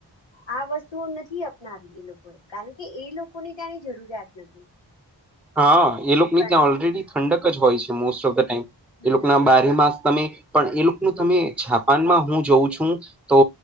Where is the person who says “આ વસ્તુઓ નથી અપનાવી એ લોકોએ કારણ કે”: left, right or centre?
Left